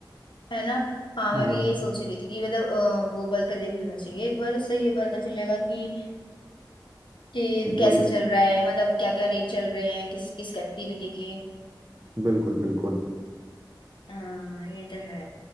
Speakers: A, on the left; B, on the right.
A: है ना हाँ
B: हाँ
A: मैं भी यही सोच रही थी कि मतलब गूगल पे देख लेना चाहिए एक बार उससे ये पता चलेगा कि कि
B: वही
A: कैसा चल रहा है मतलब क्या क्या रेट चल रहे हैं किस किस एक्टिविटी के
B: बिल्कुल बिल्कुल
A: हाँ ये तो है